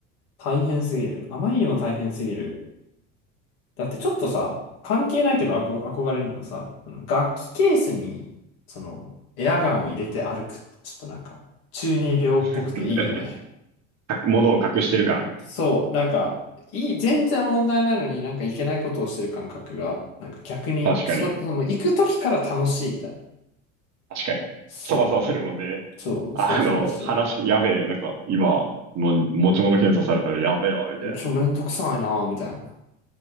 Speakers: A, on the left; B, on the right.
A: 大変すぎる。あまりにも大変すぎる。だってちょっとさ、関係ないけど憧憧れるのがさ、その楽器ケースに、その、エアガンを入れて歩くって、ちょっとなんか、中二病っぽくていいよね。
B: <laughs> か物を隠してる感。
A: そう、なんか、いい、全然問題ないのになんかいけないことをしてる感覚が、なんか逆に、
B: 確かに。
A: そ、その、行く時から楽しいみたいな。
B: 確かに。
A: そ
B: そわそわするもんね。
A: う、そう、
B: あの、
A: そわそわしてる。
B: 話、やべえ、なんか、今、も、持ち物検査されたらやべえわ、みたいな。
A: ちょ、
B: い
A: めんどくさいなぁ、みたいな。